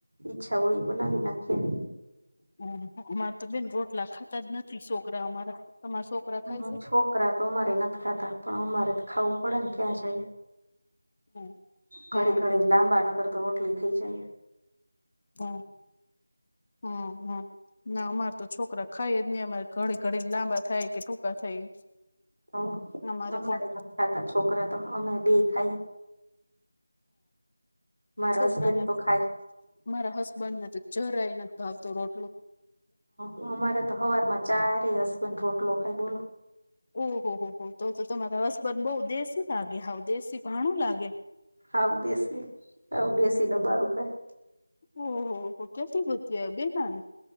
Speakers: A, on the right; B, on the left.
A: ઈચ્છા હોય બનાવી નાખીએ
B: હમ અમારે તો બેન રોટલા ખાતા જ નથી છોકરા અમારા તમારા છોકરા
A: હ
B: ખાય છે
A: છોકરા તો અમારે નથી ખાતા પણ અમારે તો ખાવું પડે ને ક્યાં જઈએ.
B: હા
A: ઘડી
B: હા
A: ઘડી ને લાંબા નકર તો રોટલી થઈ જાય.
B: હમ હમ હમ. ના અમાર તો છોકરા ખાઈ જ નહી અમારે ઘડી ઘડી લાંબા થાય કે ટૂંકા થાય,
A: હ
B: અમારે
A: તમારે
B: પણ
A: ખાતા છોકરા તો અમે બે ખાઈ.
B: હમ
A: મારા
B: છોકરામાં
A: હસબેન્ડ તો ખાય.
B: મારા હસબન્ડ ને તો જરાઈ નથી ભાવતું રોટલું.
A: હ અમારે તો હવાર માં ચારે હસબન રોટલો ખાય બોલો.
B: ઓહ હો હો તો તો તમારા હસબંધ બહ દેશી લાગે હ દેશી ભાણું લાગે.
A: હ દેશી હ દેશી ડબ્બા રું છેે.
B: ઓહ હો કેતી ભૂતી બે નાને.